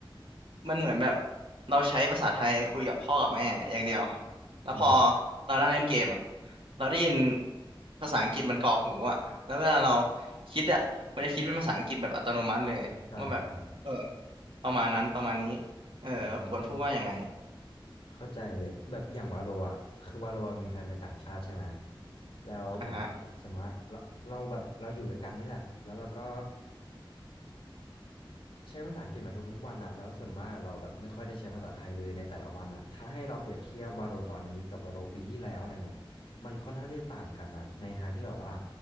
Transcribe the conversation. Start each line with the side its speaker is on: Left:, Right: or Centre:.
Right: มันเหมือนแบบเราใช้ภาษาไทยคุยกับพ่อกับแม่อย่างเดียวแล้วพอ
Left: อ่า
Right: เรานั่งเล่นเกมอ่ะเราได้ยินภาษาอังกฤษมันก่อหูอ่ะแล้วเวลาเราคิดอ่ะมันจะคิดเป็นภาษาอังกฤษแบบอัตโนมัติเลยว่าแบบเออ
Left: ใช่ใช่
Right: ประมาณนั้นประมาณนี้เออควรพูดว่ายังไง
Left: อืมเข้าใจเลยแบบอย่างวาโลอะคือวาโลอะมีแฟนเป็นต่างชาติใช่ไหมแล้วเหมือนแบบว่าส่วนมากเราเราแบบเราอยู่ด้วยกันนี่แหละแล้วเราก็
Right: อ่ะฮะ
Left: ใช้ภาษาอังกฤษมาทุกๆวันอะแล้วส่วนมากเราแบบไม่ค่อยได้ใช้ภาษาไทยเลยในแต่ละวันอะถ้าให้เราเปรียบเทียบวาโลตอนนี้กับวาโลปีที่แล้วอะไรเงี้ยมันค่อนข้างที่จะต่างกันอะในทางที่แบบว่า